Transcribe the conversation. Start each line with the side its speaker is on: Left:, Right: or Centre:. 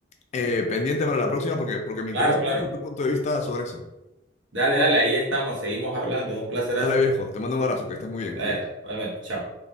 Left: eh, pendiente para la próxima porque, porque me
Right: Claro,
Left: interesa
Right: claro.
Left: mucho tu punto de vista sobre eso.
Right: Dale, dale, ahí estamos, seguimos hablando. Un placerazo.
Left: Dale, viejo, te mando un abrazo, que estés muy bien,
Right: Vaya,
Left: cuídate.
Right: realmente, chao.